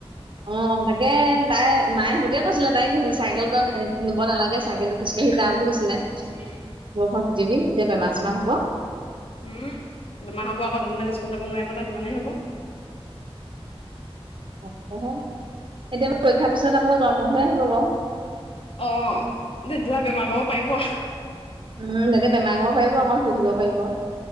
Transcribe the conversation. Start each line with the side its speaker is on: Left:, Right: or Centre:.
Right: অ তাকে তাই মায়ে সেইকে কৈছিলে তাইক চাইকেল খন কিনব ব নালাগে চাইকেলে খোজকাঢ়ি যা বুলি কৈছিলে।
Left: <unintelligible>
Right: বৰষুণত তিতিবি এতিয়া বেমাৰ চেমাৰ হ'ব।
Left: বেমাৰ হ'ব আকৌ দুদিনমান স্কুল যাব নোৱাৰিব তাৰ সিমানেই হ'ব।
Right: তাকেহে এতিয়া পৰীক্ষাৰ পিছত আকৌ গৰম বন্ধহে আহিব বাৰু।
Left: অ <unintelligible> পাৰিব
Right: উম তাতে বেমাৰ হ'ব পাৰিব আকৌ শুই পাৰিব।